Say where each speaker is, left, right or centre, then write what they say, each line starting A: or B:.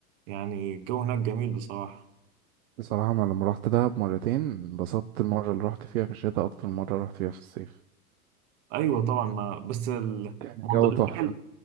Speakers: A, on the right; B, on the right.
A: يعني الجو هناك جميل بصراحة
B: بصراحة انا لما رحت دهب مرتين انبسطت المرة اللي رحت فيها في الشتاء اكتر من مرة رحت فيها في الصيف
A: ايوه طبعا ما بس الموضوع
B: كان الجو تحفة
A: الحاجة